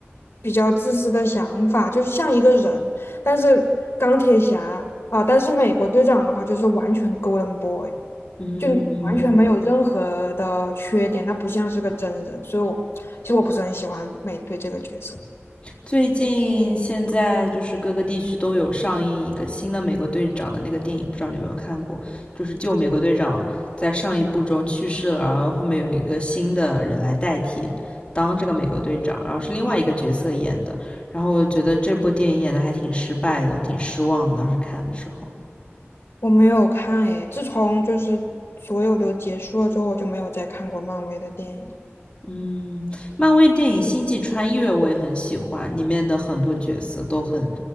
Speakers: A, on the left (about 75°); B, on the left (about 25°).
A: 比较自私的想法，就是像一个人。但是钢铁侠啊、但是美国队长的话就是完全 Golden Boy，
B: 嗯，
A: 就你完全没有任何的缺点，那不像是个真人，所以我其实我不是很喜欢美队这个角色。
B: 最近现在就是各个地区都有上映一个新的美国队长的那个电影，不知道你有没有看过？就是旧美国队长在上一部中去世了，然后后面有一个新的人来代替当这个美国队长，然后是另外一个角色演的。然后我觉得这部电影演的还挺失败的，挺失望的。当时看的时候，
A: 我没有看诶，自从就是所有都结束了之后，我就没有再看过漫威的电影了。
B: 嗯，漫威电影《星际穿越》我也很喜欢，里面的很多角色都很